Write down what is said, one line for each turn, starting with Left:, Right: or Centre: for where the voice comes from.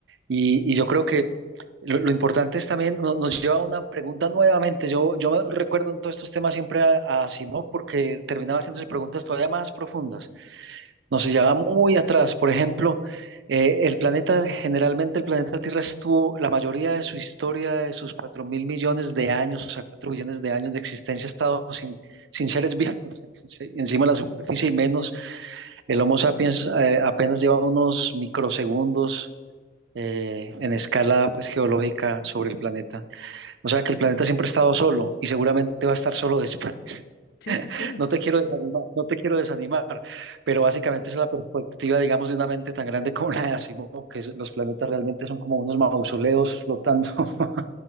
Right: Y, y yo creo que lo, lo importante es también, no- nos lleva a una pregunta nuevamente. Yo, yo me recuerdo en todos estos temas siempre a, a Simón porque terminaba haciéndose preguntas todavía más profundas. Nos llevaba muy atrás. Por ejemplo, eh, el planeta, generalmente el planeta Tierra estuvo, la mayoría de su historia, de sus cuatro mil millones de años, o sea, 4 billones de años de existencia, ha estado sin, sin seres vivos <laughs> sí, encima de la superficie y menos. El Homo sapiens eh, apenas lleva unos microsegundos eh, en escala pues geológica sobre el planeta. O sea que el planeta siempre ha estado solo y seguramente va a estar solo después. <laughs>
Left: Sí, sí, sí.
Right: No te quiero desanimar, no te quiero desanimar, pero básicamente esa es la perspectiva, digamos, de una mente tan grande como la de Asimov, que es- los planetas realmente son como unos mausoleos flotando <laughs>